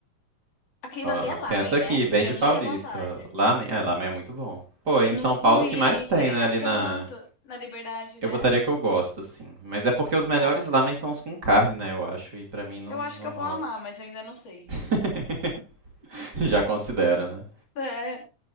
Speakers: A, on the left; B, on the right.
A: Aquilo
B: Ó,
A: ali é lamen,
B: tem essa aqui,
A: né?
B: bem
A: Eu tenho
B: de paulista.
A: muita vontade.
B: Lamen, é, lamen é muito bom. Pô, em
A: Eu nunca
B: São Paulo
A: comi,
B: o que mais tem,
A: queria
B: né? Ali
A: tanto.
B: na
A: Na liberdade,
B: Eu
A: né?
B: botaria que eu gosto, sim. Mas é porque os melhores
A: Tá.
B: lamen são os com carne, né? Eu acho. E pra mim não,
A: Eu acho
B: não
A: que eu
B: rola.
A: vou amar, mas eu ainda não sei.
B: <laughs> Já considera, né?
A: <laughs> É.